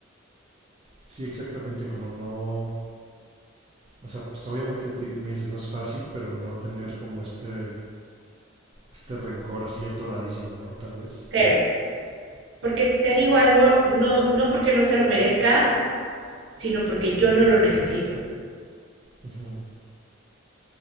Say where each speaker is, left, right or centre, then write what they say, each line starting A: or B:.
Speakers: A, on the right (about 30°); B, on the right (about 65°).
A: Sí, exactamente, como no... O sea, pues obviamente te- me dices, no es fácil, pero no tener como este, este rencor así atoradísimo, ¿no? Tal vez.
B: cero. Porque te digo algo, no, no porque no se lo merezca, sino porque yo no lo necesito.
A: Ujú.